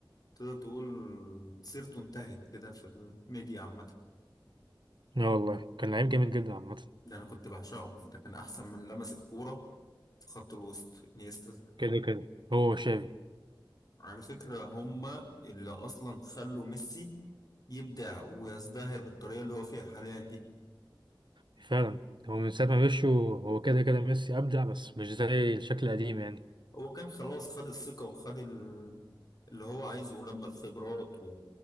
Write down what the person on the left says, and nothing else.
تقدر تقول سيرته انتهت كده في الميديا عامة
ده انا كنت بعشقه ده كان احسن من لمس الكورة في خط الوسط انيستا
على فكرة هما اللي اصلا خلوا ميسي يبدع ويزدهر بالطريقة اللي هو فيها حاليا دي
هو كان خلاص خد الثقة وخد ال- اللي هو عايزه ولما الخبرات و...